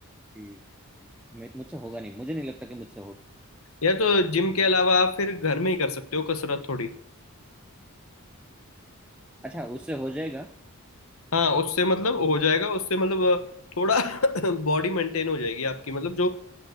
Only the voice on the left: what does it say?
या तो जिम के अलावा आप फिर घर में ही कर सकते हो कसरत थोड़ी
हाँ उससे मतलब हो जाएगा उससे मतलब अ, थोड़ा <coughs> <laughs> बॉडी मेंटेन हो जाएगी आपकी मतलब जो